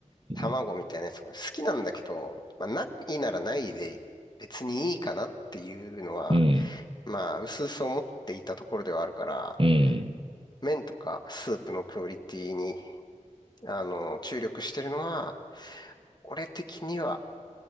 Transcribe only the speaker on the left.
卵みたいなやつが好きなんだけど、
まあ、ないならないで別にいいかなっていうのは、
まあ、薄々思っていたところではあるから、
麺とかスープのクオリティに、あの、注力してるのは、俺的には